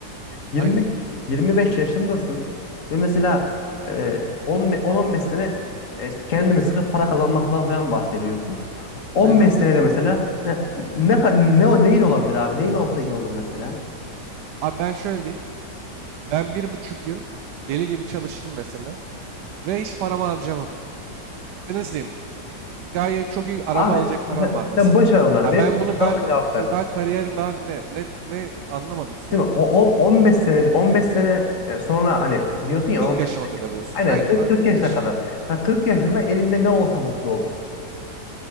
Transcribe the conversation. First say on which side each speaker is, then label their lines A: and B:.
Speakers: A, on the left (about 50°); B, on the right (about 80°).
A: 25
B: Aynen.
A: 25 yaşındasın ve mesela e, 10-15 sene e, işte kendini sıkıp para kazanmaktan falan bahsediyorsun. 15
B: Evet.
A: senede mesela hani ne ka- ne o- neyin olabilir abi? Neyin olsa iyi olur mesela?
B: Abi ben şöyle diyeyim. Ben bir buçuk yıl deli gibi çalıştım mesela ve hiç paramı harcamadım. Ve nasıl diyeyim? gayet çok iyi araba
A: Abi
B: alacak paran
A: sen,
B: var mesela.
A: sen boş ver onları.
B: Ha
A: Benim
B: ben bunu
A: soruma
B: ben e,
A: cevap ver.
B: daha kariyerin daha ne ne ne anlamadım soruyu
A: Değil mi?
B: tam
A: O,
B: o zaman.
A: on- 15 senede 15 sene e, sonra hani diyorsun ya
B: 40
A: 15
B: yaşıma
A: sene
B: kadar
A: kim?
B: diyorsun.
A: Aynen
B: Aynen
A: 40,
B: ha,
A: 40
B: 40
A: yaşına
B: yaşında.
A: kadar. Hani 40 yaşında elinde ne olsa mutlu olursun.